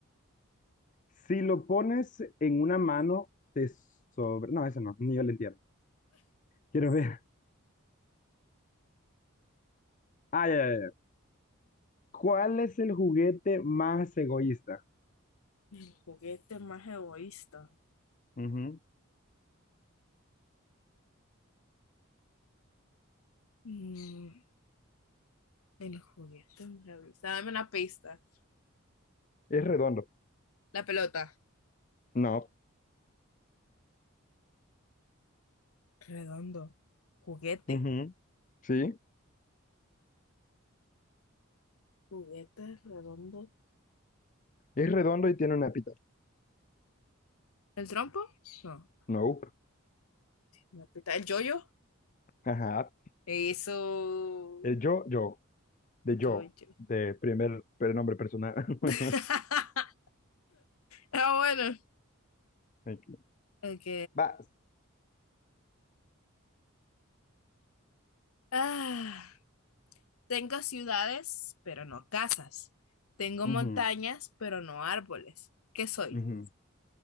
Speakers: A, on the left (about 35°); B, on the left (about 85°).
A: Si lo pones en una mano, te sobre... No, eso no, ni yo lo entiendo. Quiero ver. Ah, ya, ya, ya. ¿Cuál es el juguete más egoísta?
B: El Juguete más egoísta.
A: Ujú.
B: Mm, el juguete más egoísta. Dame una pista.
A: Es redondo.
B: La pelota.
A: No.
B: Redondo. Juguete.
A: Ujú. Sí.
B: Juguete redondo.
A: Es redondo y tiene una pita.
B: ¿El trompo? No.
A: No.
B: La pita- ¿El yoyo?
A: Ajá.
B: Eso,
A: El yo, yo. De
B: yo,
A: yo.
B: yo.
A: De primer nombre personal.
B: <laughs>
A: <laughs>
B: Ah, bueno.
A: Ok.
B: Ok.
A: Vas.
B: Ah, tengo ciudades, pero no casas. Tengo
A: Ujú,
B: montañas, pero no árboles. ¿Qué soy?
A: ujú.